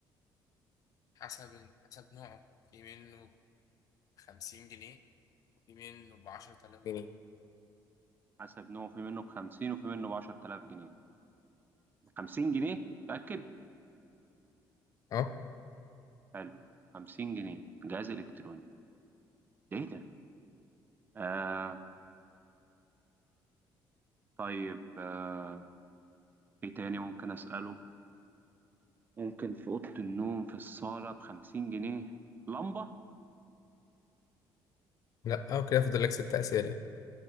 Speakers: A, on the left; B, on the right.
A: حسب ال- حسب نوعه في منه بخمسين جنيه في منه بعشرة آلاف جنيه
B: حسب نوعه في منه بخمسين وفي منه بعشرة آلاف جنيه خمسين جنيه متأكد
A: اه
B: حلو 50 جنيه جهاز إلكتروني ده إيه ده؟ آه طيب آه إيه تاني ممكن أسأله؟ ممكن في أوضة النوم في الصالة بخمسين جنيه لمبة؟
A: لا اه كده فاضل لك ست اسئله